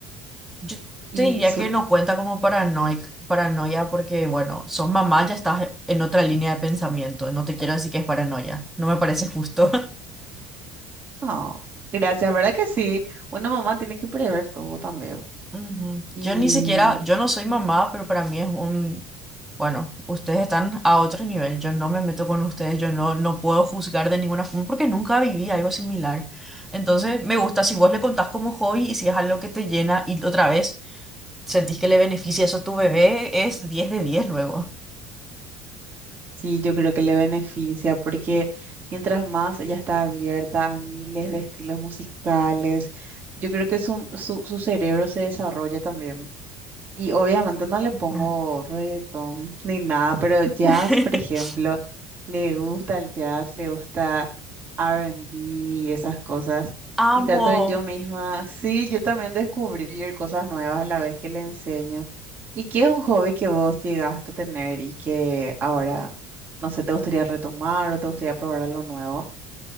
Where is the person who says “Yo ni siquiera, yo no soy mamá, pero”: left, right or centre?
Centre